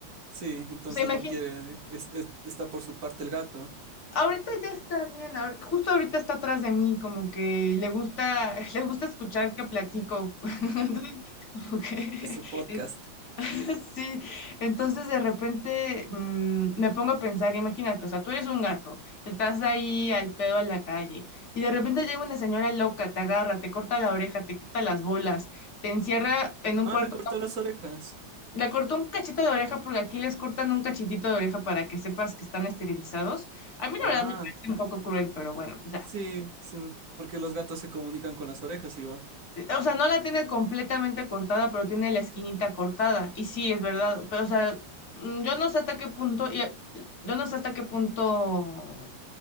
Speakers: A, on the right; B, on the left.
A: sí, entonces
B: O sea, imagínate.
A: no quiere, es- es- está por su parte el gato,
B: Ahorita ya está bien, ahor- justo ahorita está atrás de mí, como que le gusta, <laughs> le gusta escuchar que platico. <laughs> Entonces, como que
A: es su podcast.
B: es- <laughs> sí, entonces de repente mm, me pongo a pensar, imagínate, o sea, tú eres un gato, estás ahí al pedo en la calle y de repente llega una señora loca, te agarra, te corta la oreja, te quita las bolas, te encierra en un
A: Ah,
B: cuarto
A: le cortó las orejas.
B: le cortó un cachito de oreja porque aquí les cortan un cachitito de oreja para que sepas que están esterilizados. A mí la
A: Ah,
B: verdad me parece un poco cruel, pero bueno, pues ya.
A: sí, sí, porque los gatos se comunican con las orejas igual.
B: Eh, O sea, no la tiene completamente cortada, pero tiene la esquinita cortada. Y sí, es verdad. Pero, o sea, mm, yo no sé hasta qué punto, y, eh, yo no sé hasta qué punto